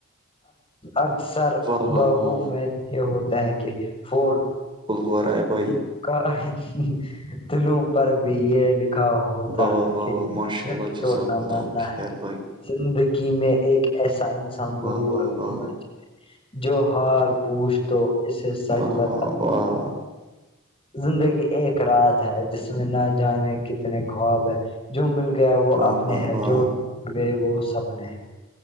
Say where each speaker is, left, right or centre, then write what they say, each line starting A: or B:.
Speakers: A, on the left (about 25°); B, on the right (about 25°).
A: اکثر
B: واہ واہ
A: باغوں
B: واہ واہ
A: میں یہ ہوتا ہے کہ ک پھول
B: ہورہا ہے بھائی
A: کا ہے دلوں پر بھی یہ لکھتا ہے کاا ہوتا
B: واہ واہ واہ
A: کہ
B: واہ ماشاء
A: دل
B: اللہ جزاک
A: توڑنا
B: اللہ
A: مننا
B: خیر بھائی
A: زندگی میں ایک ایسا انسان
B: واہ
A: ضرور
B: واہ واہ
A: ہونا
B: واہ
A: چاہیے جو حال پوچھ تو اسے سچ
B: واہ
A: بتا
B: واہ واہ
A: زندگی ایک رات ہے جس میں نہ جانے کتنے خواب ہے جو مل گیا وہ
B: واہ
A: اپنے
B: واہ
A: ہے
B: واہ
A: جو ٹوٹ گئے وہ سپنے ہیں